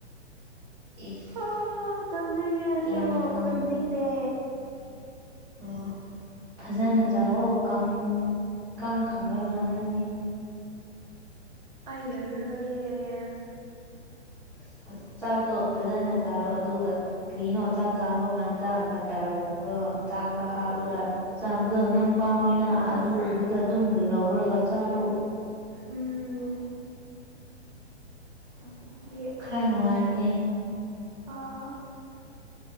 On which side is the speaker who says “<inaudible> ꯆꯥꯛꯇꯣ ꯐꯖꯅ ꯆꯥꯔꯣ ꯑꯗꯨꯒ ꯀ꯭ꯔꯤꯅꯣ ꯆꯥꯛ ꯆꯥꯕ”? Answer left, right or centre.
Centre